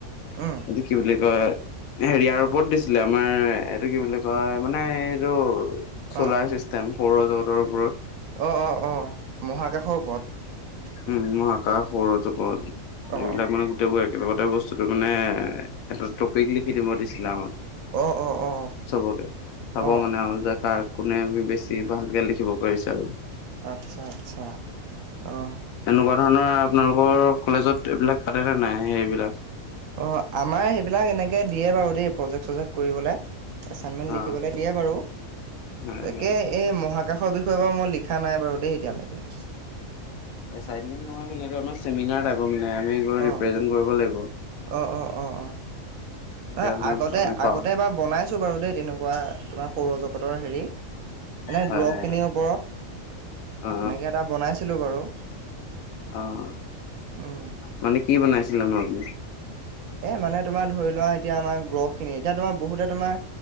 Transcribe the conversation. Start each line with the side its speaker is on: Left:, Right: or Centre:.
Right: উম
Left: এইটো কি বুলি কয় হেৰিয়াৰ ওপৰত দিছিলে আমাৰ এইটো কি বুলি কয় মানে এইটো চ'লাৰ
Right: অঁ
Left: চিষ্টেম সৌৰ জগতৰ ওপৰত
Right: অঁ অঁ অঁ মহাকাশৰ ওপৰত
Left: উম মহাকা সৰু চকত
Right: অঁ
Left: এইবিলাক
Right: অঁ
Left: মানে গোটেই গ একেলগতে বস্তুটো মানে এটা টপিক লিখি দিব দিছিলে আমাক
Right: অঁ অঁ অঁ
Left: চবকে চাব
Right: অঁ
Left: মানে আৰু জ কোনে আমি বেছি ভালকে লিখিব পাৰিছো আৰু
Right: আচ্ছা আচ্ছা অঁ
Left: তেনেকুৱা ধৰণৰ আপোনালোকৰ কলেজত এইবিলাক পাাটনে নাই সেইবিলাক
Right: অ' আমাৰ সেইবিলাক এনেকে দিয়ে বাৰু দেই প্ৰজেক্ট, চজেক্ট কৰিবলে। এচাইনমেন্ট
Left: অ
Right: লিখিবলৈ দিয়ে বাৰু
Left: হয়
Right: তাকে
Left: হয়
Right: এই মহাকাশৰ বিষয়ে বাৰু মই লি লিখা নাই বাৰু দেই এতিয়ালৈকে।
Left: এচাইণ্টমেণ্ট নহয় মানে এইটো আমাৰ চেমিনাৰ মানে তুমি সেইটো
Right: অ
Left: ৰিপ্ৰেজেণ্টে কৰিব লাগিব।
Right: অ অ অ অ ন
Left: তেতিয়া মানে
Right: আগতে
Left: আমি পাওঁ
Right: আগতে এবাৰ বনাইছো বাৰু দেই তেনেকুৱা তোমাৰ সৌৰ জগত ৰ হেৰি মানে <unintelligible>
Left: হয় হয়
Right: খিনিৰ ওপৰত
Left: হয় অ
Right: তেনেকৈ এটা বনাইছিলো বাৰু
Left: অ'
Right: উম
Left: মানে কি বনাইছিলোনো আপুনি।
Right: এ মানে তোমাৰ ধৰি লোৱা এতিয়া আমাৰ গল্ফ খিনিত এতিয়া তোমাৰ বহুতে তোমাৰ